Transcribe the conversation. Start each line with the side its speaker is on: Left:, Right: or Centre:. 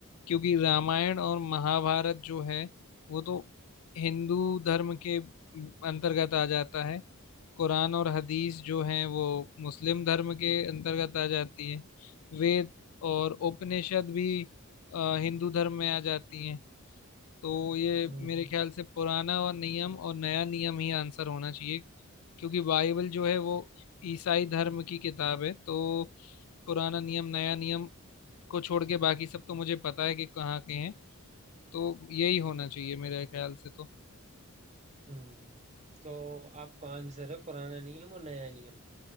Left: क्योंकि रामायण और महाभारत जो है वो तो हिंदू धर्म के अंतर्गत आ जाता है कुरान और हदीस जो हैं वो मुस्लिम धर्म के अंतर्गत आ जाती है वेद और उपनिषद भी अ, हिंदू धर्म में आ जाती हैं तो ये
Right: हम्म
Left: मेरे ख्याल से पुराना और नियम और नया नियम ही आंसर होना चाहिए क्योंकि बाइबल जो है वो ईसाई धर्म की किताब है तो पुराना नियम नया नियम को छोड़ के बाकी सब तो मुझे पता है कि कहाँ के हैं तो यही होना चाहिए मेरे ख्याल से तो
Right: हम्म तो आपका आंसर है पुराना नियम और नया नियम